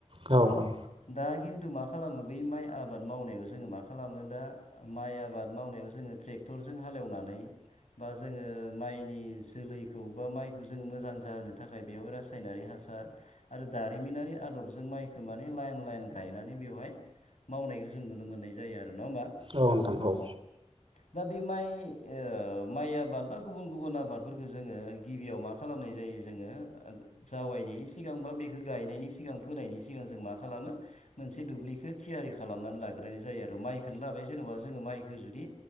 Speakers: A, on the right; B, on the left.
A: औ औ
B: दा खिन्थु मा खालामो बै माइ आबाद मावनायाव जोङो मा खालामो दा माइ आबाद मावनायाव जोङो ट्रेक्टरजों हालेवनानै बा जोङो माइनि जोलैखौ बा माइखौ जोङो मोजां जाहोनो थाखाय बेवहाय रास सायनारि हासार आरो दारिमिनारि आदबजों माइखौ माने लाइन लाइन गायनानै बेवहाय मावनायखौ जों नुनो मोननाय जायो आरो नङा होमबा
A: औ नोंथां औ
B: दा बे माइ माइ ओ आबाद बा गुबुन गुबुन आबादफोरखौ जोङो गिबियाव मा खा खालामनाय जायो जोङो ओग जावैनायनि सिगांबा बेखो गायनायनि सिगां फोनायनि सिगां जों मा खालामो मोनसे दुब्लिखौ थियारि खालामनानै लाग्रोनाय जायो आरो माइखौो लाबाय जेनेबा जोङो माइखो जुदि